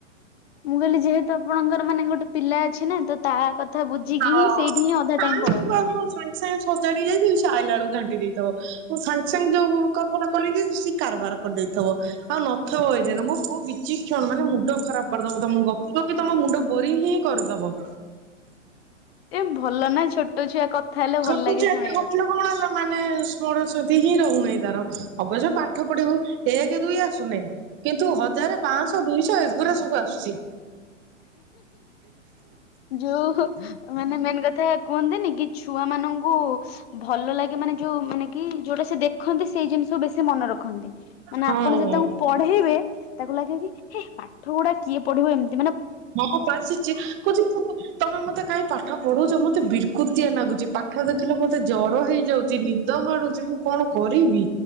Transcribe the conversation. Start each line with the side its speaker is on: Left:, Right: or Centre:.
Left: ମୁଁ କହିଲି ଯେହେତୁ ଆପଣଙ୍କର ମାନେ ଗୋଟେ ପିଲା ଅଛି ନା ତ ତା କଥା? ବୁଝିକି
Right: ହଁ
Left: ହିଁ ସେଇଠି ହିଁ ଅଧା
Right: ତାହା
Left: ଟାଇମ ପଳଉଥିବ।
Right: ମୁଁ ସାଙ୍ଗେ ସାଙ୍ଗେ ସଜାଡି କି ଯାଇଥିବି ସେ ଅଇଲା ବେଳକୁ ଘାଣ୍ଟି ଦେଇଥବ ମୁଁ ସାଙ୍ଗେ ସାଙ୍ଗେ ଯୋଉ କପଡା ଖୋଲିଦେଇଥିବି କାରବାର କରିଦେଇଥିବ ଆଉ ନାଥବ ଏଇ ଯାଏ ମୋ ପୁଅ ବିଛିକ୍ଷଣ ମାନେ ମୁଣ୍ଡ ଖରାପ କରିଦବ ତମ ଗପି ଗପି ତମ ମୁଣ୍ଡ ବୋରୀଙ୍ଗ ହିଁ କରିଦବ।
Left: ଏ ଭଲ ନା ଛୋଟ ଛିଆ କଥା। ହେଲେ
Right: ଛୋଟ
Left: ଭଲ ଲାଗେ
Right: ଛୁଆ
Left: ଶୁଣିବାକୁ।
Right: ଏତେ ଗପିଲେ କଣ ହେଲା ମାନେ ସ୍ମରଣ ଶକ୍ତି ହିଁ ରହୁନାହିଁ ତାର ଅବଶ୍ୟ ପାଠ ପଢିଇବୁ ଏକ ଦୁଇ ଆସୁନାହିଁ କିନ୍ତୁ ହ ହଜାରେ ପାଞ୍ଚଶହ ଦୁଇଶହ ଏଗୁଡା ସବୁ ଆସୁଛି।
Left: ଯୋଉ ମାନେ ମେନ୍ କଥା କୁହନ୍ତିନି କି? ଛୁଆ ମାନଙ୍କୁ ଭଲ ଲାଗେ ମାନେ ଯୋଉ ମାନେ? କି ଯୋଉଟା ସେ ଦେଖନ୍ତି ସେଇ ଜିନିଷ ବେଶୀ ମନେ ରଖନ୍ତି ମାନେ
Right: ହଁ।
Left: ଆପଣ ଯଦି ତାଙ୍କୁ ପଢେଇବେ କି? ତାକୁ ଲାଗେ କି ହେ ପାଠ ଗୁଡା କିଏ ପଢିବ ଏମତି?
Right: ହଁ ବସିଛି କହୁଛି ତମେ ମତେ କାହିଁ ପାଠ ପଢୁଛ ମତେ ମୁଁ। ମତେ ବିରକୁତିଆ ଲାଗୁଛି ପାଠ ଦେଖିଲେ ମତେ ଜର ହେଇଯାଉଛି ନିଦ ମାଡୁଛି ମୁଁ। କଣ କରିବି